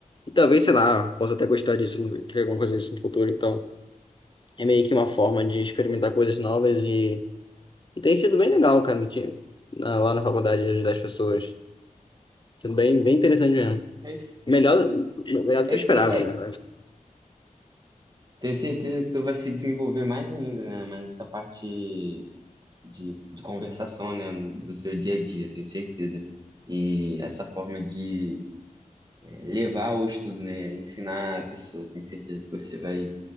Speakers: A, on the left; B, on the right.
A: E talvez, sei lá, possa até gostar disso, criar alguma coisa disso no futuro, então. É meio que uma forma de experimentar coisas novas e, e tem sido bem legal, cara, de- na- lá na faculdade ajudar as pessoas. Sido bem, bem interessante mesmo.
B: É isso,
A: Melhor, melhor do
B: é
A: que eu
B: isso
A: esperava,
B: aí, cara.
A: na verdade.
B: Tenho certeza que tu vai se desenvolver mais ainda, né? Mas essa parte de, de conversação, né? no- Do seu dia a dia, tenho certeza. E essa forma de eh, levar o estudo, né? Ensinar a pessoa, tenho certeza que você vai